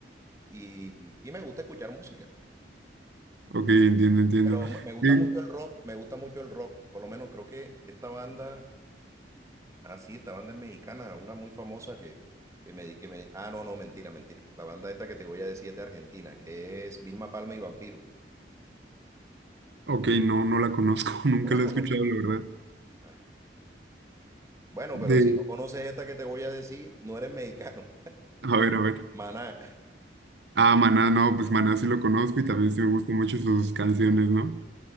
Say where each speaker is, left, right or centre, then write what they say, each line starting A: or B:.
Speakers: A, on the right; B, on the right.
A: y, y me gusta escuchar música.
B: ok, entiendo, entiendo.
A: Pero me gusta
B: Sí,
A: mucho el rock, me gusta mucho el rock. Por lo menos creo que esta banda Ah, sí, esta banda es mexicana, una muy famosa que, que me, di- que me... Ah, no, no, mentira, mentira. La banda esta que te voy a decir es de Argentina, que es Vilma Palma y Vampiro.
B: Ok, no, no la conozco, <laughs> nunca
A: ¿No la
B: la
A: conoces?
B: he escuchado, la verdad.
A: Ah, Bueno,
B: De,
A: pero si no conoces esta que te voy a decir, no eres mexicano.
B: a ver, a ver.
A: <laughs> Maná.
B: Ah, Maná, no, pues Maná sí lo conozco y también sí me gustan mucho sus canciones, ¿no?